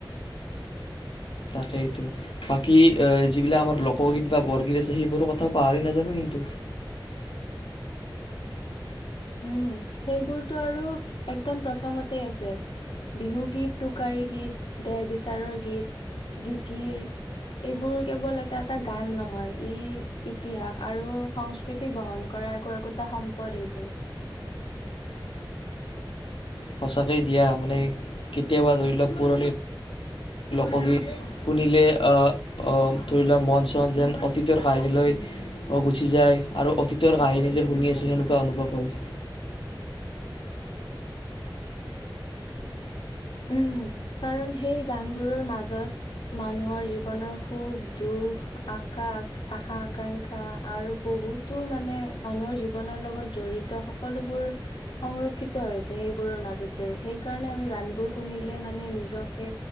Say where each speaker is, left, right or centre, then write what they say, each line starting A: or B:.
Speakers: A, on the left; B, on the left.
A: তাকেইতো বাকী এ যিবিলাক আমাৰ লোকগীত বা বৰগীত আছে সেইবোৰৰ কথাও পাহৰি নাযাব কিন্তু
B: উম সেইবোৰটো আৰু একদম প্ৰথমতে আছে বিহু গীত টোকাৰী গীত দেহ বিচাৰৰ গীত জিকিৰ এইবোৰ কেৱল এটা এটা গান নহয় ই ইতিহাস আৰু সংস্কৃতি বহন কৰা একো একো তা সম্পদ এইবোৰ
A: সঁচাকেই দিয়া মানে কেতিয়াবা ধৰি লোৱাক পুৰণি লোকগীত শুনিলে আহ আহ ধৰি লোৱা মন চন যেন অতীতৰ কাহিনীলৈ আহ গুচি যায় আৰু অতীতৰ কাহিনী যে শুনি আছো সেনেকুৱা অনুভৱ হয়
B: উম, কাৰণ সেই গান বোৰৰ মাজত মানুহৰ জীৱনৰ সুখ দুখ আকাশ আশা আকাংক্ষা আৰু বহুতো মানে মানুহৰ জীৱনৰ লগত জৰি়ত সকলোবোৰ সংৰক্ষিত হৈছে সেইবোৰৰ মাজতে সেইকাৰণে আমি গান বোৰ শুনিলে মানে নে নিজকে